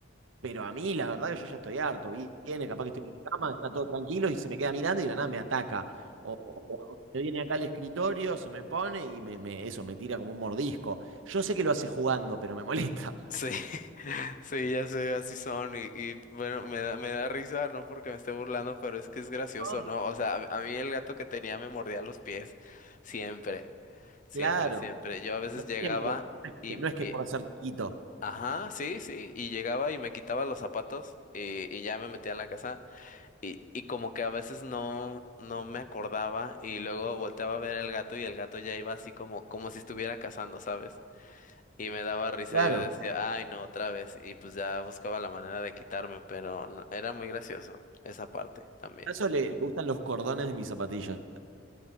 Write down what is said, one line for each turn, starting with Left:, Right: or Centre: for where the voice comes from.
Right: Pero a mí la verdad que yo ya estoy harto, vi- viene, capaz que estoy en la cama, está todo tranquilo y se me queda mirando y de la nada me ataca. O, o- o se viene acá al escritorio, se me pone y me, me- eso, me tira como un mordisco. Yo sé que lo hace jugando, pero me molesta.
Left: Sí, <laughs> sí, ya sé, así son. Y, y, bueno, me da, me da risa, no porque me esté burlando, pero es que es gracioso,
Right: <laughs>
Left: ¿no? O sea, a, a mí el gato que tenía me mordía los pies. Siempre, siempre,
Right: Claro.
Left: siempre. Yo a veces
Right: No
Left: llegaba
Right: siempre.
Left: y,
Right: No es que
Left: y-
Right: por ser chiquito.
Left: ajá, sí, sí. Y llegaba y me quitaba los zapatos y, y ya me metía a la casa. Y, y como que a veces no, no me acordaba. Y luego volteaba a ver al gato y el gato ya iba así como, como si estuviera cazando, ¿sabes? Y me daba risa,
Right: Claro.
Left: yo decía, ay, no, otra vez. Y pues ya buscaba la manera de quitarme, pero no- era muy gracioso esa parte también.
Right: A eso le, le gustan los cordones de mis zapatillas.